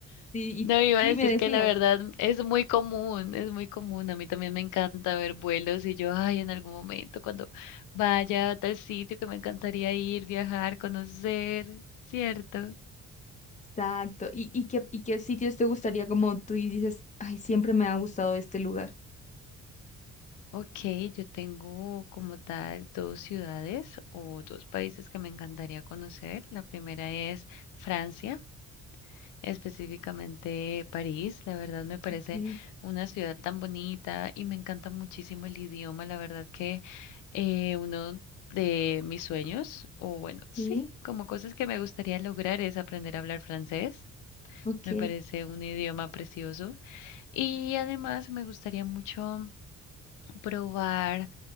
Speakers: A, on the left; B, on the left.
A: sí, y,
B: no iba
A: sí,
B: a decir
A: me decías.
B: que la verdad es muy común, es muy común. A mí también me encanta ver vuelos y yo, ay, en algún momento cuando vaya a tal sitio que me encantaría ir, viajar, conocer, ¿cierto?
A: Exacto. ¿Y, y qué, y qué sitios te gustaría como tú y dices, ay, siempre me ha gustado este lugar?
B: Ok, yo tengo como tal dos ciudades o dos países que me encantaría conocer. La primera es Francia. específicamente París. La verdad me parece
A: Ok.
B: una ciudad tan bonita y me encanta muchísimo el idioma. La verdad que eh, uno de mis sueños, o bueno, sí,
A: Sí,
B: como cosas que me gustaría lograr es aprender a hablar francés.
A: ok.
B: Me parece un idioma precioso. Y además me gustaría mucho probar